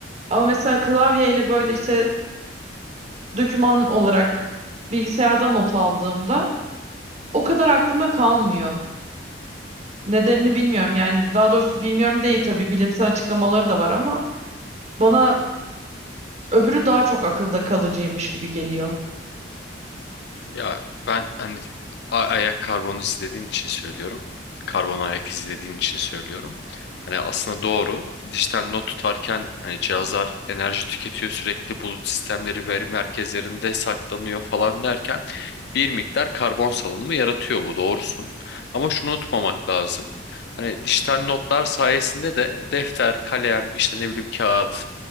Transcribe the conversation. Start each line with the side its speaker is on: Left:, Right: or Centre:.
Right: Ama mesela klavyeyle böyle işte doküman olarak bilgisayarda not aldığımda o kadar aklımda kalmıyor. Nedenini bilmiyorum yani daha doğrusu bilmiyorum değil tabii bilimsel açıklamaları da var ama bana öbürü daha çok akılda kalıcıymış gibi geliyor.
Left: Ya ben hani a- ayak karbonu izlediğin için söylüyorum. Karbon ayak izlediğin için söylüyorum. Hani aslında doğru. Dijital not tutarken hani cihazlar enerji tüketiyor sürekli bulut sistemleri veri merkezlerinde saklanıyor falan derken bir miktar karbon salınımı yaratıyor bu doğrusun. Ama şunu unutmamak lazım. Hani dijital notlar sayesinde de defter, kalem, işte ne bileyim kağıt,